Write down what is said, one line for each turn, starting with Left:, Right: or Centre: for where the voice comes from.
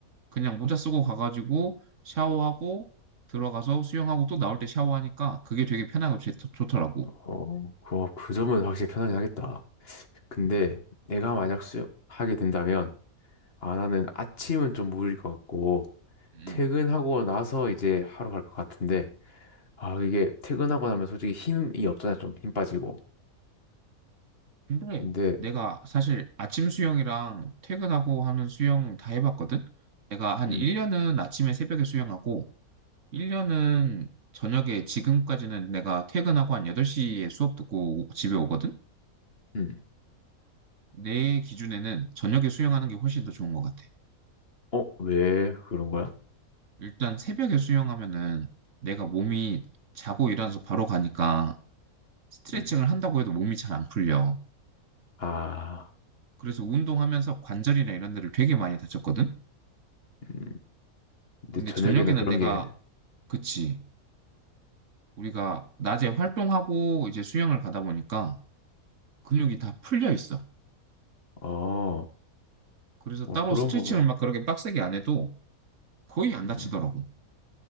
Right: 그냥 모자 쓰고 가가지고 샤워하고 들어가서 수영하고 또 나올 때 샤워하니까 그게 되게 편하고 좋, 좋더라고.
Left: 어, 그, 어, 그 점은 확실히 편하긴 하겠다. 근데
Right: 음.
Left: 내가 만약 수영하게 된다면, 아, 나는 아침은 좀 무리일 것 같고,
Right: 음.
Left: 퇴근하고 나서 이제 하러 갈 것 같은데, 아, 이게 퇴근하고 나면 솔직히 힘이 없잖아. 좀 힘 빠지고.
Right: 근데
Left: 근데,
Right: 내가 사실 아침 수영이랑 퇴근하고 하는 수영 다 해봤거든? 내가 한
Left: 음,
Right: 1년은 아침에 새벽에 수영하고, 1년은 저녁에 지금까지는 내가 퇴근하고 한 8시에 수업 듣고 집에 오거든?
Left: 음.
Right: 내 기준에는 저녁에 수영하는 게 훨씬 더 좋은 것 같아.
Left: 어, 왜 그런 거야?
Right: 일단 새벽에 수영하면은 내가 몸이 자고 일어나서 바로 가니까 스트레칭을
Left: 음.
Right: 한다고 해도 몸이 잘 안 풀려.
Left: 아,
Right: 그래서 운동하면서 관절이나 이런 데를 되게 많이 다쳤거든?
Left: 음. 근데
Right: 근데
Left: 저녁에는
Right: 저녁에는
Left: 그런
Right: 내가,
Left: 게,
Right: 그치. 우리가 낮에 활동하고 이제 수영을 가다 보니까 근육이 다 풀려 있어.
Left: 어, 어,
Right: 그래서 따로
Left: 그런
Right: 스트레칭을
Left: 부분,
Right: 막 그렇게 빡세게 안 해도 거의 안 다치더라고.
Left: 음.